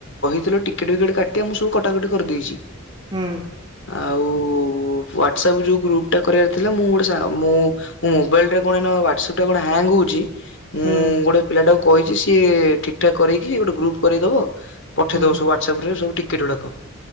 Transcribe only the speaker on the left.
ତ ଟ <unintelligible> କିକେ ବିକେଟ କାଟିବ ମୁଁ ସବୁ କଟାକଟି କରିଦେଇଛି।
ଆଉ ହ୍ୱଵାଟ୍ସଆପ୍ ଯେଉଁ ଗ୍ରୁପ୍ଟା କରିବାର ଥିଲା ମୁଁ ଗୋଟେ ସା ମୁଁ ମୋ ମୋାଇଲରେ କଣ ନା ହ୍ୱଵାଟ୍ସଆପ୍ ଟା କଣ ହ୍ୟାଙ୍ଗ୍ ହେଉଛି। ମୁଁ-ଉଁ-ଉଁ,
ଗୋଟେ ପିଲାଟାକୁ କହିଛି ସିଏ ଠିକ-ଠାକ୍ କରେଇକି ଗୋଟେ ଗ୍ରୁପ୍ କରାଇଦବ। ପଠେଇଦବ
ସବୁ ଆ ହଁ ସବୁ ଠିକ। ଏଗୁଡ଼ାକ